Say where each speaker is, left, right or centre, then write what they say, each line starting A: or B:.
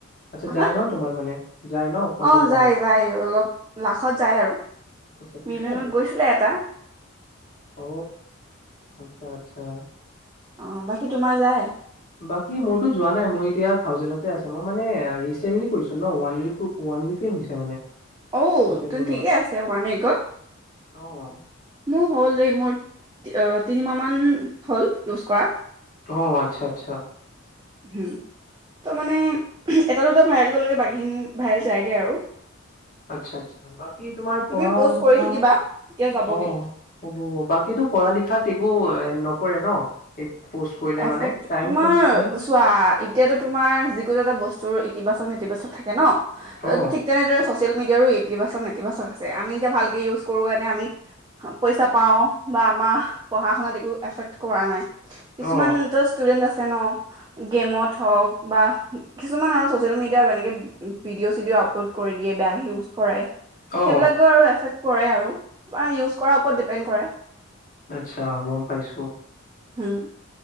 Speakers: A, on the left (about 40°); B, on the right (about 20°).
A: আচ্ছা
B: আহা
A: যাই ন তোমাৰ মানে? যায় ন কন্টেন্ট
B: অ
A: ভাইৰেল
B: যায়-যায় অলপ লাখত যায় আৰু।
A: আচ্ছা ঠিকে
B: মিডিলত
A: আছে তোমাৰ
B: গৈছিলে এটা
A: অ আচ্ছা -আচ্ছা-
B: অ বাকী তোমাৰ যায়?
A: বাকী মোৰতো যোৱা নাই। মোৰ এতিয়া থাউজেণ্ডতে আছে। মই মানে ৰিচেন্টলি কৰিছো ন ৱান ওৱান উইকে হৈছে মানে
B: অঔ
A: কন্টেন্ট
B: তেন্তে
A: বনোৱা
B: ঠিকেই আছে ওৱান উইকত।
A: অ'।
B: মোৰ হ'ল এই মোৰ তিনিমাহ মান হ'ল ইউজ কৰা
A: অ আচ্ছা -আচ্ছা-
B: হুম। ত'মানে এটা দুটা ভাইৰেল গলেগে বাকীখিনি ভাইৰেল যায়গে আৰু
A: আচ্ছা- আচ্ছা। বাকী তোমাৰ
B: তুমি
A: পঢ়া
B: প'ষ্ট
A: লিখা।
B: কৰি থাকিবা তেতিয়া যাবগে
A: অ' হ'ব হব বাকীটো পঢ়া লিখাত একো ন পৰে ন? এইবিলাক প'ষ্ট কৰিলে
B: এফেক্ট
A: মানে টাইম
B: তোমাৰ
A: কনজিউমিং
B: চোৱা এতিয়াতো তোমাৰ যিকোনো এটা বস্তু চোৰ ইতিবাচক নেতিবাচক থাকে ন ত
A: অ',
B: ঠিক তেনেদৰে ছ'চিয়েল মিডিয়াত ইতিবাচক নেতিবাচক আছে আমি ভালকে ইউচ কৰো কাৰণে আমি পইচা পাওঁ বা আমাৰ পঢ়াৰ শুনাত একো এফেক্ট কৰা নাই। কিছুমান
A: অ',
B: ষ্টুডেন্ট আছে ন! গেমত হওঁক বা কিছুমান আৰু চচিয়েল মিডিয়া এনেকে ভিডি'অ চিডি'অ আপলোড ক ই দিয়ে বা ইউচ কৰে
A: অ'।
B: সেইবিলাক বা আছে সেয়ে আৰু তোমাৰ ইউজ কৰাৰ ওপৰত ডিপেণ্ড কৰে
A: আচ্ছা। গম পাইছো।
B: হম <unintelligible>